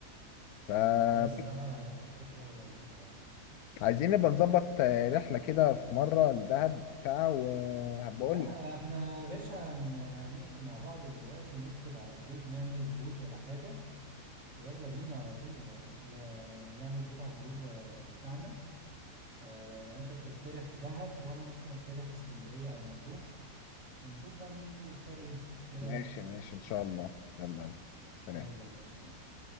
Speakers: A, on the left; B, on the right.
A: ف
B: لا صراحه يعني فكره لذيذه يعني
A: عايزين نبقى نظبط آه، رحله كده في مره لدهب بتاع وهبقول
B: لا
A: لك
B: احنا يا باشا هن... هنقفل مع بعض دلوقتي نكتب على جروب نعمل فوت ولا حاجه ويلا بينا على طول يعني يعني نعمل فوت على الجروب ولا- بتاعنا آه، انت بتقترح دهب وانا ممكن اقترح اسكندرية او مطروح ونشوف بقى مين يختار ايه ايه رأيك
A: ماشي ماشي ان شاء الله يلا يلا. سلام
B: يلا ماشي يا معلم